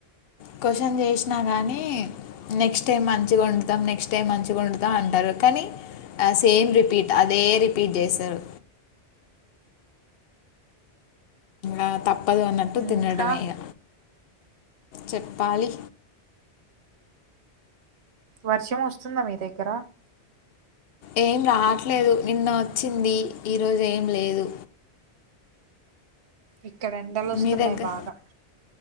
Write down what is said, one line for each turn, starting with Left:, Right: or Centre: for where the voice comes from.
Left: క్వశ్చన్ చేసినా కానీ నెక్స్ట్ టైం మంచిగ వండుతం. నెక్స్ట్ టైం మంచిగా వండుతాం అంటారు. కానీ సేమ్ రిపీట్ అదే రిపీట్ చేసరు. ఆ తప్ పదు అన్నట్టు
Right: ఇంకా
Left: తినడమే ఇగ చెప్పాలి
Right: వర్షం వస్తుందా మీ దగ్గర
Left: ఏం రాట్లేదు నిన్న వచ్చింది ఈరోజు ఏం లేదు.
Right: ఇక్కడ ఎండలు వస్తున్నాయి
Left: మీ దగ్గర
Right: బాగా